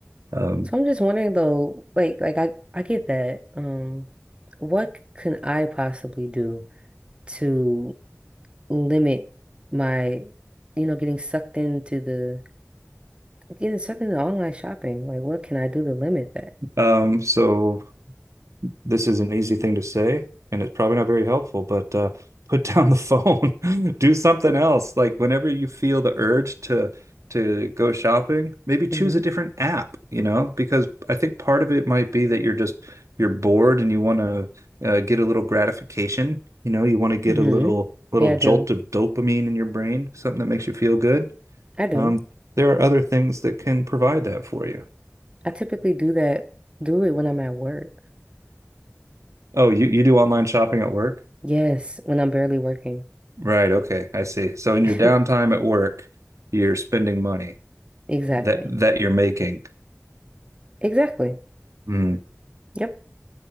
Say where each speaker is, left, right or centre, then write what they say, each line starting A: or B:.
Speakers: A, on the right; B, on the right.
A: um,
B: So I'm just wondering though, like like I I get that. Um, what can I possibly do? to limit my, you know, getting sucked into the getting sucked into online shopping. Like, what can I do to limit that?
A: um, so this is an easy thing to say, and it's probably not very helpful, but uh, <laughs> put down the phone, <laughs> do something else. Like whenever you feel the urge to to go shopping, maybe choose
B: <laughs> hmm
A: a different app, you know, because I think part of it might be that you're just you're bored and you want to uh, get a little gratification, you know, you want to get
B: hmm
A: a little little
B: Yeah, I do.
A: jolt of dopamine in your brain, something that makes you feel good.
B: I do.
A: Um, there are other things that can provide that for you.
B: I typically do that, do it when I'm at work.
A: Oh, you you do online shopping at work?
B: Yes, when I'm barely working.
A: Right, okay, I see. So in
B: <laughs>
A: your downtime at work, you're spending money
B: Exactly.
A: that that you're making.
B: Exactly.
A: Hmm.
B: Yep.